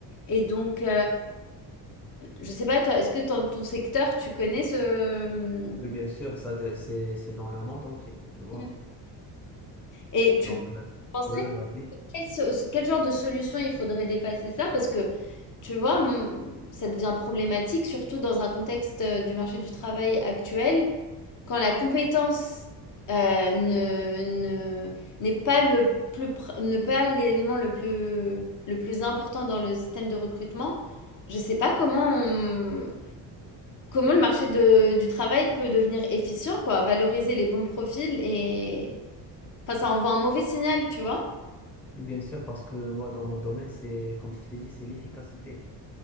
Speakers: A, on the left; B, in the centre.
A: et donc, heu, je sais pas toi, est-ce que dans ton secteur, tu connais ce, mmh
B: Mais bien sûr, ça, de- c'est, c'est dans le monde entier, tu vois.
A: Mmh. et tu
B: Donc, euh,
A: penserais
B: oui, oui, vas-y.
A: Quel, so- quel genre de solution il faudrait dépasser ça? Parce que, tu vois, m- ça devient problématique, surtout dans un contexte euh, du marché du travail actuel, quand la compétence euh, ne, ne- n'est pas le plus, pr- ne pas l'élément le plus, le plus important dans le système de recrutement, je ne sais pas comment on- comment le marché de- du travail peut devenir efficient, quoi, valoriser les bons profils et... Enfin, ça envoie un mauvais signal, tu vois?
B: Bien sûr, parce que moi, dans mon domaine, c'est, comme je t'ai dit, c'est l'efficacité.